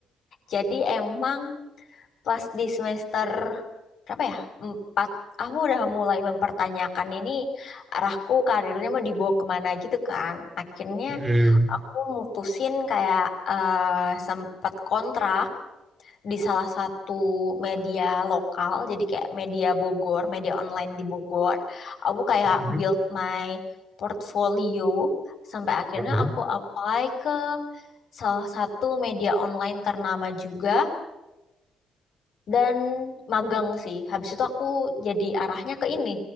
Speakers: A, on the left; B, on the right.
A: Jadi emang pas di semester berapa ya? Empat. Aku udah mulai mempertanyakan ini arahku karirnya mau dibawa kemana gitu kan. Akhirnya
B: Mm-mm.
A: aku mutusin kayak sempat kontrak di salah satu media lokal, jadi kayak media Bogor, media online di Bogor. Aku kayak
B: Mm-mm.
A: build my portfolio sampai akhirnya
B: Heeh.
A: aku apply ke salah satu media online ternama juga dan magang sih. Habis itu aku jadi arahnya ke ini.